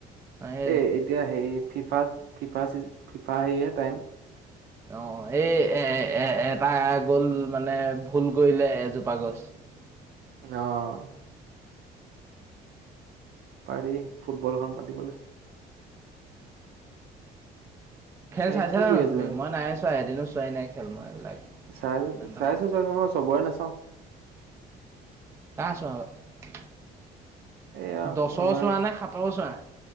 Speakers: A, on the right (about 15°); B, on the right (about 70°).
A: এই
B: এ এতিয়া সেই ফিফা ফিফা চি ফিফা সেহে টাইম।
A: অ এই এ এ এটা গ'ল মানে ভুল কৰিলে এজোপা গছ। <unintelligible>
B: অ', পাৰি ফুটবলখন পাতিবলৈ।
A: খেল
B: এই
A: চাইছা
B: কি
A: নে
B: কৰি
A: নাই
B: আছিলা
A: তুমি, মই নাই চোৱা এদিনো চোৱাই নাই খেল মই এইবিলাক।
B: চাইছো
A: ইমান এটা
B: চাইছো
A: ভাল
B: চাইছো মই চবৰে নাচাওঁ।
A: কাৰ চোৱা আগত।
B: এয়া
A: দছৰ
B: আমাৰ
A: চোৱা নে সাতৰ চোৱা।